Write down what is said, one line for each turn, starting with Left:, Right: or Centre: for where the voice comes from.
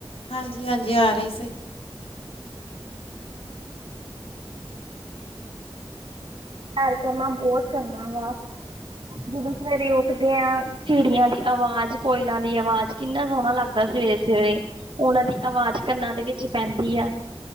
Left: ਹਾਂਜੀ, ਹਾਂਜੀ ਆ ਰਹੀ ਸਹੀ।
Right: ਹੂੰ ਪਿਆਰ ਕਰਮ ਬਹੁਤ ਚੰਗਾ ਵਾ। ਜਦੋਂ ਸਵੇਰੇ ਉੱਠਦੇ ਆ ਚਿੜੀਆਂ ਦੀ ਆਵਾਜ਼, ਕੋਇਲਾਂ ਦੀ ਆਵਾਜ਼ ਕਿੰਨਾ ਸੋਹਣਾ ਲੱਗਦਾ ਸਵੇਰੇ, ਸਵੇਰੇ ਓਨਾਂ ਦੀ ਆਵਾਜ਼ ਕੰਨਾਂ ਦੇ ਵਿੱਚ ਪੈਂਦੀ ਆ।